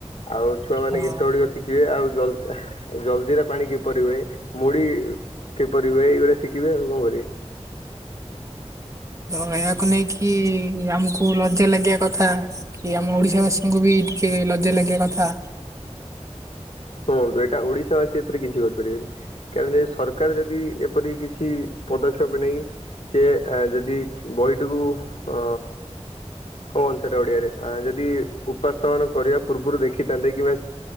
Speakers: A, on the left; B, on the right.
A: ଆଉ ଛୁଆମାନେ
B: ହଁ
A: ଗୀତ ଗୁଡିକ ଶିଖିବେ ଆଉ ଜଲ ଜଲଜିିରା ପାଣି କିପରି ହୁଏ ମୁଢ଼ି କିପରି ହୁଏ ଏଇଗୁଡା ଶିଖିବେ ଆଉ କଣ କରିବେ।
B: ତ ଏହାକୁ ନେଇକି ଆମକୁ ଲଜ୍ଜା ଲାଗିବା କଥା କି ଆମ ଓଡିଶା ବାସୀଙ୍କୁ ବି ଟିକେ ଲଜ୍ୟା ଲାଗିବ କଥା।
A: ଶୁଣନ୍ତୁ ଏଇଟା ଓଡିଶା ବାସୀ ଏଥିରେ କିଛି କରିପାରିବେନି କାରଣ ସରକାର ଯଦି ଏପରି କିଛି ପଦକ୍ଷେପ ନେଇକି ସିଏ ଏ ଯଦି ବହିଟିକୁ ଅ କଣ ଆନସାରଟା ଓଡିଆରେ ଯଦି ଉପାସ୍ଥା ମାନ କରିବା ପୂର୍ବରୁ ଦେଖିଥାନ୍ତେ କିମ୍ବା